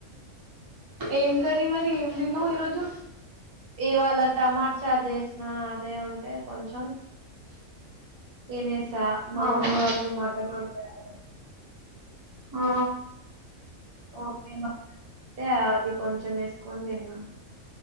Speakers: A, on the right (about 30°); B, on the right (about 50°).
A: ఏం కర్రీ మరి ఏం తిన్నావు ఈరోజు
B: ఇవాళ టమాట చార్ జేసిన అదే ఉంటే కొంచెం తేనేసా మా
A: ఆహా
B: మమ్మీ వాళ్ళు మటన్ వండారు
A: ఆ
B: మా మమ్మీ <inaudible> ఇస్తే అది కొంచెం ఎసుకొని తిన్నా